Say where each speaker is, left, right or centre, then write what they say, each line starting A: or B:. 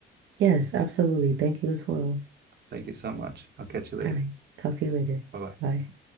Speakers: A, on the right; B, on the right.
A: Yes, absolutely. Thank you as well.
B: Thank you so much. I'll catch you later.
A: All right. Talk to you later.
B: Bye bye.
A: Bye.